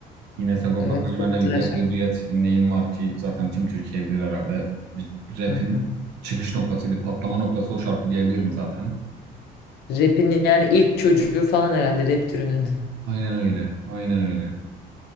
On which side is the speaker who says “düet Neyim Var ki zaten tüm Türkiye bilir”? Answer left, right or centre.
Right